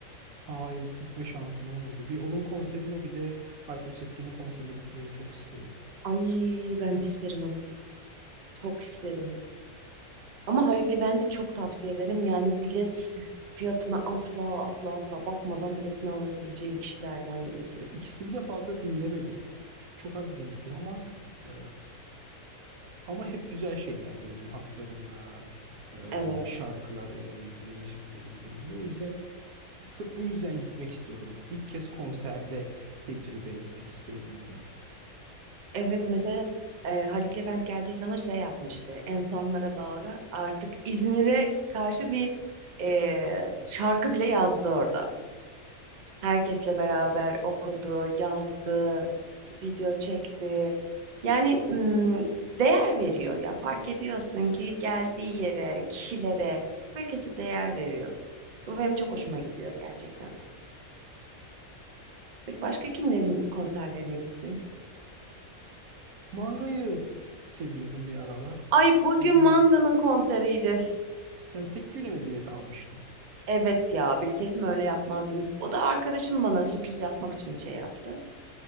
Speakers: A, on the right; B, on the right.
A: Hayır hiç gitme şansım olmadı. Bir onun konserine bir de Hayko Cepkin'in konserine gitmeyi çok istiyorum.
B: Ay ben de isterim onu. Çok isterim. Ama Haluk Levent'i çok tavsiye ederim. Yani bilet fiyatına asla asla asla bakmadan biletini alabileceğim kişilerden birisi.
A: Ya ikisini de fazla dinlemedim. Ç- Çok az dinledim ama e, ama hep güzel şeyler duydum haklarında
B: Evet.
A: e, şarkılarıyla ilgili, müzikleriyle ilgili. O yüzden Sırf bu yüzden gitmek istiyorum. İlk kez konserde tecrübe etmek istiyorum onları.
B: Evet mesela e, Haluk Levent geldiği zaman şey yapmıştı. En sonlara doğru artık İzmir'e karşı bir e, şarkı bile yazdı orada. Herkesle beraber okudu, yazdı, video çekti. Yani mm, değer veriyor ya. Fark ediyorsun ki geldiği yere, kişilere herkese değer veriyor. Bu benim çok hoşuma gidiyor gerçekten de. Peki başka kimlerin konserlerine gittin?
A: Mangayı seviyordum bir aralar.
B: Ay Hmm. bugün
A: Sonra
B: Manga'nın konseriydi.
A: sen tek güne mi bilet almıştın?
B: Evet ya bilseydim öyle yapmazdım. O da arkadaşım bana sürpriz yapmak için şey yaptı.